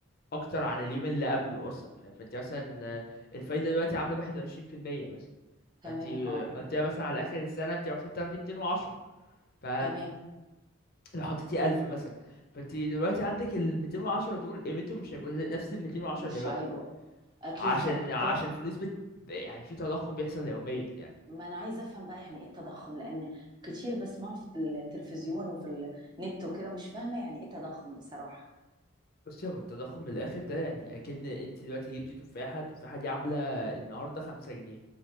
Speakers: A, on the left (about 45°); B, on the right (about 20°).
A: أكتر عن اليوم اللي قبله أصلا ف- فانت مثلا آه، الفايدة دلوقتي عاملة واحد وعشرين في المية مثلا
B: تمام
A: فانت
B: اه
A: حطيها مثلا على آخر السنة انت المفروض تاخدي ميتين وعشرة ف
B: تمام
A: لو حطيتي ألف مثلا فانت دلوقتي عندك الميتين وعشرة دول قيمتهم مش هيبقوا زي- نفس الميتين وعشرة
B: مش
A: دلوقتي
B: عيب اكيد
A: عشان
B: طب
A: عشان
B: طب
A: فلوس بت... يعني في تضخم بيحصل يوميا يعني
B: ما انا عايزه افهم بقى يعني ايه التضخم لان كتير بسمعه في التلفزيون وفي النت وكده مش فاهمه يعني ايه تضخم بصراحه
A: بصي هو التضخم من الاخر ده يعني اكن انت دلوقتي جبتي تفاحه التفاحه دي عامله النهارده خمسة جنيه